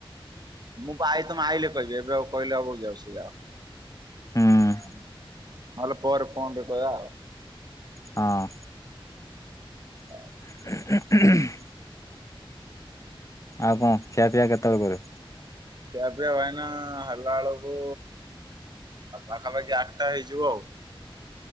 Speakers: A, on the right; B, on the left.
A: ମୁଁ ଆଇ ତମେ ଆଇଲେ କହିବି- ବେଉ କୋଇଲେ ଆବଉ ଯାଉସ ଯାହା-
B: ହୁଁ।
A: ନଲା ପରେ ଫନରେ କା-
B: ହଁ
A: ହଉ-
B: <inaudible> ଆଉ କଣ ଖିଆ ପିଇଆ କେତେବେଳ କରରେ-
A: ଖିଆପିଆ ଭଏନା ହେଲା ବେଳକୁ ପାଖାପାଖି ଆଠଟା ହେଇଯିବ ଆଉ-